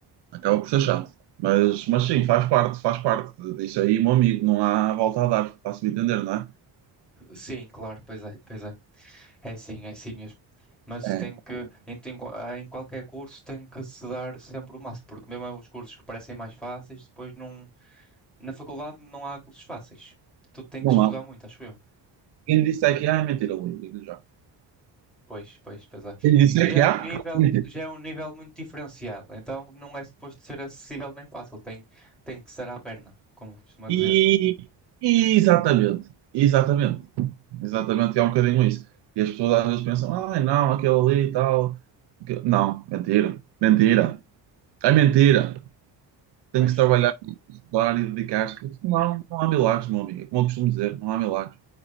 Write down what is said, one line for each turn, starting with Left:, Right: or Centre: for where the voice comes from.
Right: acaba por ser chato. Mas, mas sim, faz parte, faz parte isso aí, meu amigo. Não há volta a dar, se me entender, não é?
Centre: sim, claro, pois é, pois é. É sim, é sim mesmo. Mas
Right: É,
Centre: tem que, em, tem- em qualquer curso, tem que se dar sempre o máximo, porque mesmo os cursos que parecem mais fáceis, depois não, na faculdade não há cursos fáceis. Tu tem
Right: não
Centre: que estudar
Right: há.
Centre: muito, acho eu.
Right: Quem disse é que há, é mentira, Luís, digo já.
Centre: Pois, pois, pois é.
Right: Quem disse
Centre: Porque
Right: é
Centre: já
Right: que
Centre: é
Right: há,
Centre: um nível,
Right: é
Centre: já é um nível muito diferenciado, então não é suposto ser acessível nem fácil, tem, tem que ser à perna, como costuma
Right: E,
Centre: dizer.
Right: e exatamente, exatamente, exatamente, é um bocadinho isso. E as pessoas às vezes pensam, ai não, aquele ali e tal. Que- Não, mentira, mentira, é mentira. Tem
Centre: Pois,
Right: que se trabalhar, estudar e dedicar-se, porque senão não há milagres, meu amigo. É Como eu costumo dizer, não há milagres.